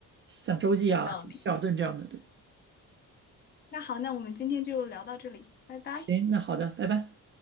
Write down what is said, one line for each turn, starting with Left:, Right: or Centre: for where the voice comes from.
Right: 像洲际啊、
Left: 有道理。
Right: 希尔顿这样的。对，
Left: 那好，那我们今天就聊到这里，拜拜。
Right: 行，那好的，拜拜。